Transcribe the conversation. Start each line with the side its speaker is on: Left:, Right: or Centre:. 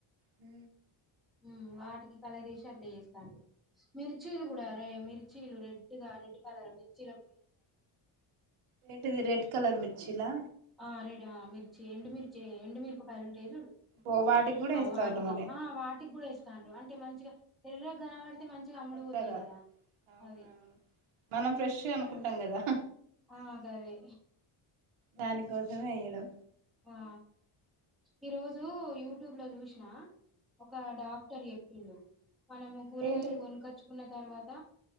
Right: ఊ
Centre: ఉమ్ వాటికి కలరేసి అట్ల యేస్తండ్రు మిర్చీలు కూడా
Right: అవును
Centre: రే మిర్చీలు రెడ్గా రెడ్ కలర్ మర్చ చిరం
Right: ఏంటిది రెడ్ కలర్ మి చిలా
Centre: ఆ రడా ఆ మిర్చి ఎండు మిర్చి ఎండు మిరుపకాయలు ఉ రేరుడు
Right: ఓ వాటికి కూడా వేస్తారు
Centre: వాటికి
Right: మరి
Centre: ఆ వాటికి గూడా ఎస్ తండ్రు అంటే మంచిగా ఎర్రగనబడి మంచిగా అమ్ముడు
Right: ఎర్రగా
Centre: పోతాయి కదా
Right: అవునవును
Centre: అది
Right: మనం ఫ్రెష్ అనుకుంటాం కదా
Centre: ఆ అదదే
Right: దానికోసమే వెయ్యడం.
Centre: ఆ ఈరోజు యూట్యూబ్ లో జూష్ణ ఒక డాక్టర్ ఎప్పిండు మనము కూరగాయలు
Right: ఏంటిది
Centre: గొనుకచ్చుకున్న, తర్వాత